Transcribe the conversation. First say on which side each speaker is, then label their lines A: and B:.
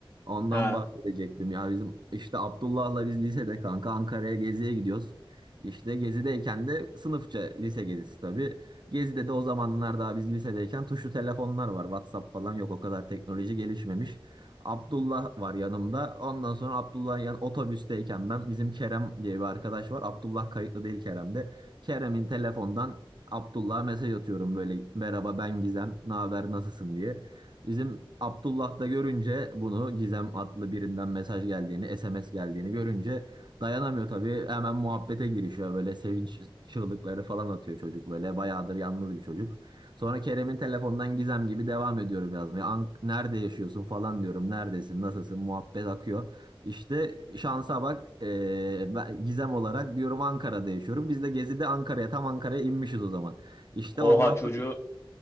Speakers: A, on the right; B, on the left.
A: Ondan
B: Ha.
A: bahsedecektim ya bizim işte Abdullah'la biz lisede kanka Ankara'ya geziye gidiyoruz. İşte gezideyken de sınıfça lise gezisi tabii. Gezide de o zamanlar daha biz lisedeyken tuşlu telefonlar var. WhatsApp falan yok o kadar teknoloji gelişmemiş. Abdullah var yanımda. Ondan sonra Abdullah'ın yan otobüsteyken ben bizim Kerem diye bir arkadaş var. Abdullah kayıtlı değil Kerem'de. Kerem'in telefondan Abdullah'a mesaj atıyorum böyle merhaba ben Gizem ne haber nasılsın diye. Bizim Abdullah da görünce bunu Gizem adlı birinden mesaj geldiğini SMS geldiğini görünce dayanamıyor tabii hemen muhabbete girişiyor böyle sevinç çığlıkları falan atıyor çocuk böyle bayağıdır yalnız bir çocuk. Sonra Kerem'in telefondan Gizem gibi devam ediyorum yazmaya. Ank nerede yaşıyorsun falan diyorum neredesin nasılsın muhabbet akıyor. İşte şansa bak eee, ben Gizem olarak diyorum Ankara'da yaşıyorum. Biz de Gezi'de Ankara'ya tam Ankara'ya inmişiz o zaman. İşte
B: Oha
A: ondan
B: çocuğu
A: sonra